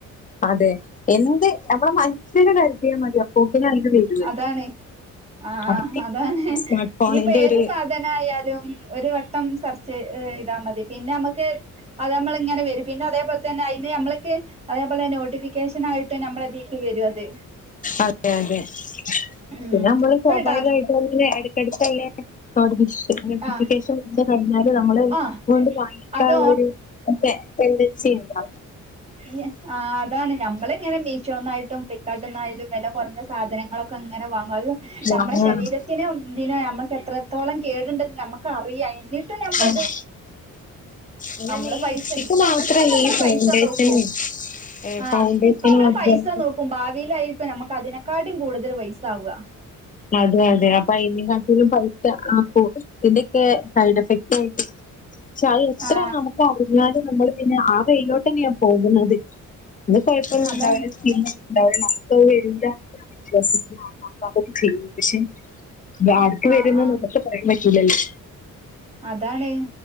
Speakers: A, on the left (about 25°); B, on the right (about 20°).
A: അതെ എന്ത്? നാമ്മടെ മനുഷ്യന് കരുത്തിയാൽ മതി അപ്പോക്കിനെ അയിൽ വരും.
B: അതാണ് ആഹാ
A: അത്.
B: ആഹാ അതാണ്
A: സ്മാർട്ട് ഫോണിന്റെ
B: നീയിപ്പ ഏത്
A: ഒരു
B: സധ- ദനായാലും ഒരു വട്ടം സെർച്ച്യ്താ- മതി പിന്നെ നമുക്ക്, അത് നമ്മള ഇങ്ങനെ വരും പിന്നെ അതേപോലെന്നെ അയിന് നമ്മൾക്ക് അതേപോലെന്നെ- നോട്ടിഫ- കശനായിട്ട് നമ്മളുടെതിക്ക് വരും അത്.
A: അതെ, അതെ
B: ഉം
A: പിന്നെ നമ്മള്
B: ഇപ്പ
A: സ്വാഭാവികമായിട്ട.
B: ടാ
A: ഒന്ന് ഇടക്ക ഇടക്കല്ലെ? <unintelligible> നോട്ടിഫിക്കേഷൻത്
B: ആഹ്
A: കഴിഞ്ഞാല്, നമ്മള്
B: ആഹ്
A: അണ്ട് വാങ്ങിക്കാനുള്ള
B: അത്
A: ഒരു- അതെ റ്റൻറ്റസിണ്ട.
B: ഇല്ല ആ അതാണ് ഞമ്മള ഇങ്ങനെ മിശോന്നായിട്ടും, ഫിക്ക്കാട്ടി ന്നായാലും വെല കുറഞ്ഞ സാധനങ്ങളൊക്കെ ഇങ്ങനെ വാങ്ങും, അത് നമ്മുടെ
A: വാങ്ങണം.
B: ശരീരത്തിനന് ഇതിനോ നമ്മുക്ക് എത്ര- എത്രത്തോളം കേടുണ്ടെന്ന് നമുക്ക്- അറിയാം, എന്നിട്ടും നമ്മളിത്.
A: ആഹ് അതന്നെ
B: നമ്മള്
A: ഈ
B: പൈസ,
A: ലിപ്സ്റ്റിക്ക്
B: ഇപ്പ
A: മാത്രല്ല
B: ഇപ്പ നമ്മള്
A: ഈ ഫൗണ്ടേഷനും
B: പൈസ നോക്കും. ആഹ്
A: ഫൗണ്ടേഷൻ
B: ഇപ്പ നമ്മള്
A: വർഗം
B: പൈസ നോക്കും, ഭാവിയിൽ- നമ്മുക്ക് അതിനെക്കാട്ടും കൂടുതൽ പൈസാവുക.
A: അതെ അതെ അപ്പോ അതിന കാട്ടിലും പൈസ- ആ ഫുഡി ഇതിന്റെക്കെ സൈഡ് എഫക്ട് ആയിട്ട്, പക്ഷെ അ എത്ര
B: ആ
A: നമ്മുക്ക്- പറഞ്ഞാല് നമ്മൾ പിന്നെ ആഹാ വെയിലോട്ട് തന്നെയാ പോകുന്നത്. അത് കുഴപ്പൊന്ന
B: അതാണ്
A: ഉണ്ടാവില്ല. സ്കിന്നിണ്ടാവില്ല നമുക്കത്- <unintelligible> വിശ്വസിക്ക നമ്മ- പക്ഷെ ആർക്ക്
B: ആ
A: വരുന്നതൊക്കെ-
B: ആ
A: പറയാൻ പറ്റൂല്ലലോ.
B: അതാണ്.